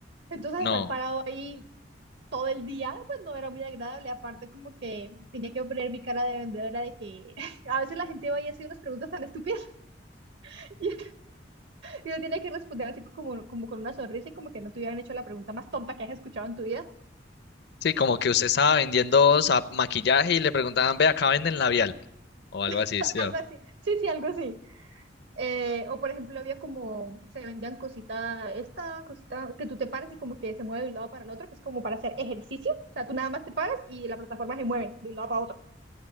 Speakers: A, on the right (about 65°); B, on the left (about 60°).
A: Entonces
B: No.
A: estar parado ahí todo el día, pues no era muy agradable. Aparte, como que tenía que poner mi cara de vendedora de que <laughs> a veces la gente va y hace unas preguntas tan estúpidas <laughs> y yo tenía que responder así como, como con una sonrisa y como que no te hubieran hecho la pregunta más tonta que has escuchado en tu vida.
B: Sí, como que usted estaba vendiendo sa- maquillaje y le preguntaban, ve, acá venden labial. O algo así,
A: <laughs>
B: ¿sí?
A: Algo
B: o- no?
A: así. Sí, sí, algo así. Eh, o por ejemplo, había como se vendían cosita, esta cosita que tú te paras y como que se mueve de un lado para el otro, que es como para hacer ejercicio. O sea, tú nada más te paras y la plataforma se mueve de un lado para otro.